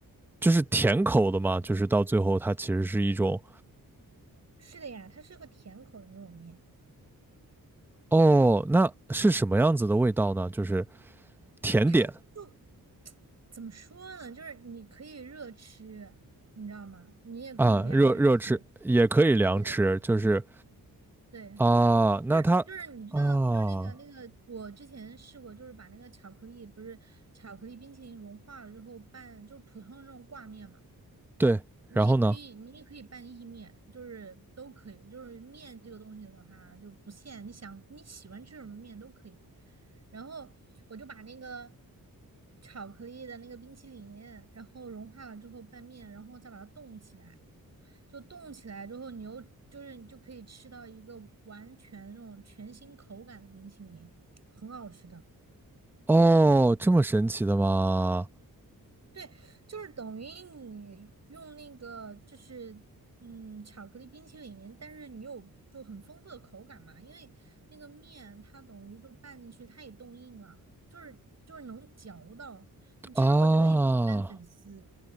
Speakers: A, in the centre; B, on the right.
A: 就是甜口的嘛，就是到最后它其实是一种
B: 是的呀，它是个甜口的那种面，
A: 哦，那是什么样子的味道呢？就是甜点
B: 它就怎么说呢？就是你可以热吃，你知道吗？你也可以凉着吃。
A: 啊，热热吃也可以凉吃，
B: 对
A: 就是
B: 对，
A: 啊，那它
B: 就是就是你知道，
A: 啊，
B: 就是那个那个，我之前试过，就是把那个巧克力，不是巧克力冰淇淋融化了之后拌，就是普通的那种挂面嘛。
A: 对，
B: 你也可以，
A: 然后呢？
B: 你也可以拌意面，就是都可以。就是面这个东西的话，就不限，你想你喜欢吃什么面都可以。然后我就把那个巧克力的那个冰淇淋，然后融化了之后拌面，然后再把它冻起来。就冻起来之后，你又就是你就可以吃到一个完全那种全新口感的冰淇淋，很好吃的。
A: 哦，这么神奇的吗？
B: 对，就是等于你用那个就是嗯巧克力冰淇淋，但是你有就很丰富的口感嘛，因为那个面它等于就拌进去，它也冻硬了，就是就是能嚼到。其实我觉得也可以拌粉丝。
A: 啊，